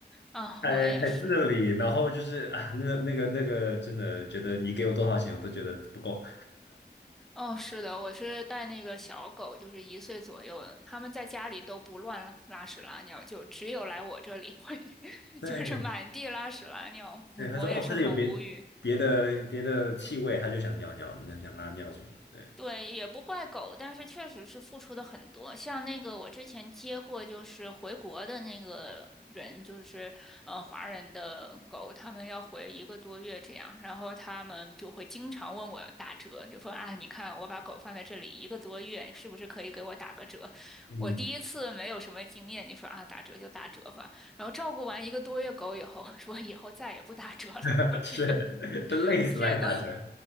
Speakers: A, in the centre; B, on the left (about 85°).
A: 啊，
B: 太太自理，
A: 我也是。
B: 然后就是啊那那个那个真的觉得你给我多少钱我都觉得不够。
A: 哦，是的，我是带那个小狗，就是一岁左右的，他们在家里都不乱拉屎拉尿，就只有来我这里会，<laughs>
B: 对
A: 就是满地拉屎拉尿，
B: 对，
A: 嗯我也是很无语。
B: 他说哦，这里有别别的别的气味，他就想尿尿，那想拉尿什么的，对，
A: 对，也不怪狗，但是确实是付出的很多。像那个我之前接过，就是回国的那个人，就是呃华人的狗，他们要回一个多月这样，然后他们就会经常问我打折，就说啊，你看我把狗放在这里一个多月，是不是可以给我打个折？
B: 嗯，
A: 我第一次没有什么经验，你说啊，打折就打折吧。然后照顾完一个多月狗以后，我说以后再也不打折了，
B: <laughs>
A: 我这个
B: 是，都累死来打折，
A: 这个，<laughs>